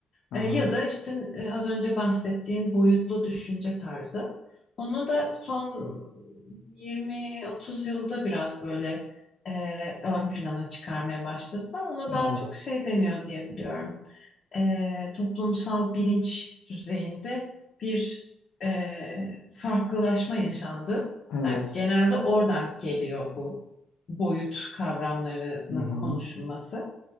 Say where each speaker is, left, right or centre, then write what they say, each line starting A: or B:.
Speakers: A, on the left; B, on the left.
A: Hı
B: E,
A: hı.
B: ya da işte e, az önce bahsettiğin boyutlu düşünce tarzı. Onu da son 20-30 yılda biraz böyle e, ön plana çıkarmaya başladılar. Ona daha
A: Evet.
B: çok şey deniyor diye biliyorum. E, toplumsal bilinç düzeyinde bir e, farklılaşma yaşandı.
A: Evet.
B: Yani genelde oradan geliyor bu boyut kavramlarının
A: Hı hı.
B: konuşulması.